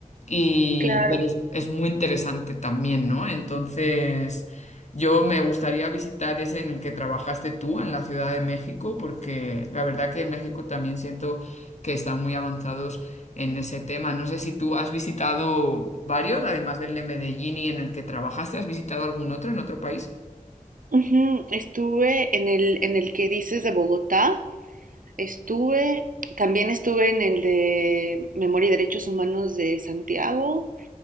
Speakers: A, on the left; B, on the right.
A: Y,
B: Claro.
A: pero es es muy interesante también, ¿no? Entonces... Yo me gustaría visitar ese en el que trabajaste tú, en la Ciudad de México, porque la verdad que en México también siento que están muy avanzados en ese tema. No sé si tú has visitado varios, además del de Medellín y en el que trabajaste, ¿has visitado algún otro en otro país?
B: Ujú, Estuve en el, en el que dices de Bogotá, Estuve, también estuve en el de Memoria y Derechos Humanos de Santiago